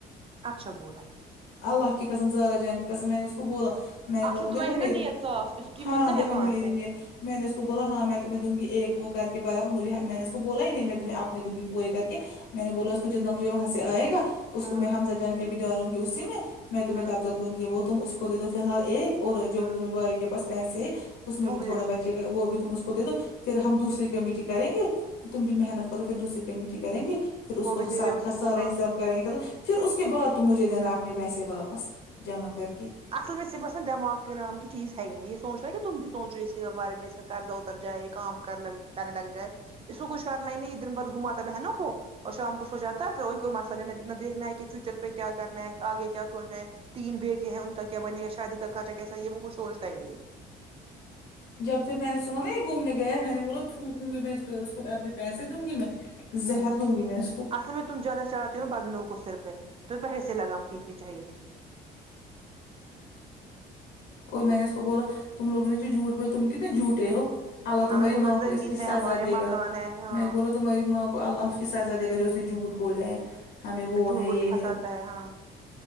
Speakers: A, on the right; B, on the left.
A: اچھا بولا
B: اللہ کے قسم زارا جان کی قسم میں نے اس کو بوللا میں نے
A: اصل
B: بولا
A: تمہیں
B: دیکھو
A: ہے
B: میری
A: نا نیت صاف اس کی
B: ہاں
A: مت نہ
B: دیکھو
A: ہے وہاں
B: میری
A: سے
B: نیت میں نے اس کو بولا ہاں میں تمہیں دوگی ایک وہ کر کے برابر مجھے میں نے کو بولا ہی نہیں میں تمہ اپنے دوگی پورے کر کے میں نے بولا اس کو جتنا مجھے وہاں سے آئے گا اس
A: ہاں
B: کو میں حمزہ جان کے بھی ڈالوں گی اسی میں میں تمہیں
A: ہاں
B: تب تک دوں گی وہ تم اس کو دے دو فی الحال ایک اور جو
A: ہاں
B: تمہیں بائی کے پاس پیسے اس میں
A: وہ
B: بھی
A: دے
B: تھوڑا
A: دو
B: بہچ وہ بھی تم اس کو دے دو پھر ہم دوسری کمیٹی کریں گے تم بھی محنت کرو پھر دوسری کمیٹی کریں گے پھر اس
A: وہ
B: کو
A: بھی
B: سارا
A: دے دو اسی کو ہاں
B: حساب کریں گےم پھر اس کے بعد تو مجھے دینا اپنے پیسے واپس جمع کر کے
A: اصل میں سے یہ باس دماغ کے نام کی چی ہی ن یہ سوچ رہ ہے کہ تم بھی سونچو اس کے بار میں اس قرضہ اتر جائے کام کر کرنے لگ جائے اس کو کچھ کرنا ہی نہیں یہ دن بعد گھماتا بہنوں کو اور شام کو سو جاتا ہے پھر وہی کوئی مسئلہ نہ دیکھنا ہے کہ فیوچر پہ کیا کرنا ہے آگے کیا سوچنا ہے تین بیٹیاں ہیں ان کا کیا بنے گا شادی کا خرچہ کیسا یہ وہ کچ سوچتا ہی نہیں ہے
B: جب پھر میں نے سنا نا یہ گھومنے گیا ہے میں نے بو تھوکوں گی میں اس پہ اس کو اپنے پیسے دوں گی میں
A: ہاں
B: زہر دوں گی میں اس کو
A: اصل میں تم زیادہ چڑھاتی ہو ن بندو کو سر پہ تمہ پہے سے لگام کھینچنی چاہیے تھی
B: اور میں نے اس کو بولا تم لوگ نے جو جھوٹ بولے تم کتنے جھوٹے ہو اللہ تمہاری
A: ہمیں ادھر
B: ماں کو
A: زمین
B: اس کی
A: ہے
B: سزا
A: ہمارے
B: دے
A: مکان
B: گا
A: ہے ہاں
B: میں بول تمہاری ماں کو اللہ اس کی سزا دے گا جو اس نے جھوٹ بولا ہے ہمیں وہ
A: جھوٹ
B: ہے
A: بوٹ
B: یہ
A: کے پھنساتا
B: ہے
A: ہاں